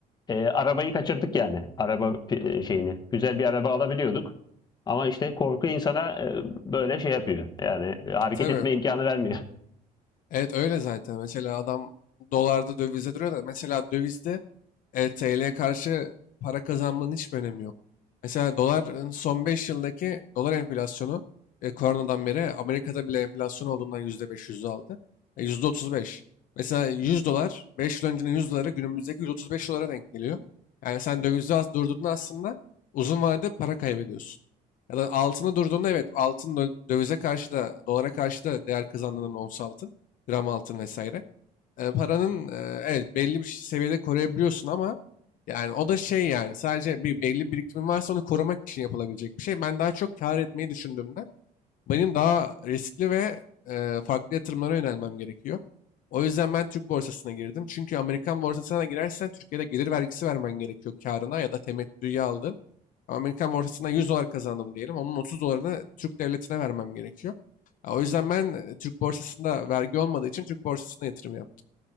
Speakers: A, on the left; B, on the left.
A: E, arabayı kaçırdık yani. Araba e, şeyini. Güzel bir araba alabiliyorduk. Ama işte korku insana e, böyle şey yapıyor. Yani e, hareket
B: Tabii.
A: etme imkanı vermiyor.
B: Evet öyle zaten. Mesela adam dolarda dövizde duruyor da mesela dövizde e, TL'ye karşı para kazanmanın hiçbir önemi yok. Mesela doların son 5 yıldaki dolar enflasyonu e, koronadan beri Amerika'da bile enflasyon olduğundan %5 yüzde aldı. E, yüzde otuz beş. Mesela 100 dolar 5 yıl öncenin yüz doları günümüzdeki 135 dolara denk geliyor. Yani sen dövizde as- durduğunda aslında uzun vadede para kaybediyorsun. Ya da altına durduğunda evet altın dö- dövize karşı da dolara karşı da değer kazandığından ons altın gram altın vesaire. E, paranın e, evet belli bir seviyede koruyabiliyorsun ama yani o da şey yani sadece bir belli birikimin varsa onu korumak için yapılabilecek bir şey. Ben daha çok kar etmeyi düşündüğümden benim daha riskli ve e, farklı yatırımlara yönelmem gerekiyor. O yüzden ben Türk borsasına girdim. Çünkü Amerikan borsasına da girersen Türkiye'de gelir vergisi vermen gerekiyor karına ya da temettüye aldın. Ama Amerikan borsasına 100 dolar kazandım diyelim. Onun 30 dolarını Türk devletine vermem gerekiyor. Ya o yüzden ben e, Türk borsasında vergi olmadığı için Türk borsasına yatırım yaptım.